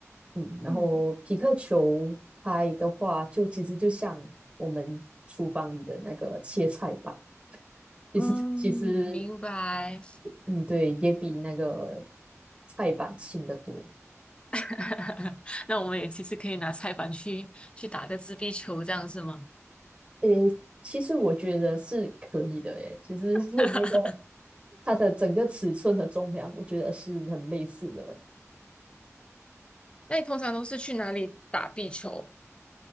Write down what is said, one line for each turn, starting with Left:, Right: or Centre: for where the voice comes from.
Right: 嗯，然后匹克球拍的话，
Left: 嗯
Right: 就其实就像我们厨房里的那个切菜板，就是其实
Left: 嗯，明白。
Right: 嗯对，也比那个菜板轻得多。
Left: <laughs> 那我们也其实可以拿菜板去去打个自闭球，这样是吗？
Right: 诶，其实我觉得是可以的，诶，就是那个。
Left: <laughs>
Right: 它的整个尺寸和重量，我觉得是很类似的。
Left: 那你通常都是去哪里打壁球？